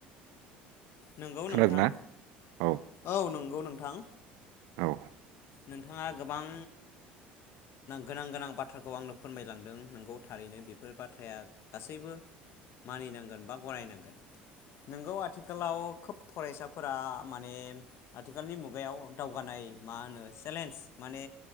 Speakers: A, on the left; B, on the right.
A: नंगौ
B: खोनादों
A: नोंथां
B: ना औ
A: औ नंगौ नोंथां
B: औ
A: नोंथाङा गोबां गोनां गोनां बाथ्राखौ आंनो फोरमायलांदों नंगौ थारैनो बेफोर बाथ्राया गासैबो मानिनांगोन बा गनायनांगोन नोंगौ आथिखालाव खोब फरायसाफोरा माने आथिखालनि मुगायाव दावगानाय मा होनो चेलेन्ज माने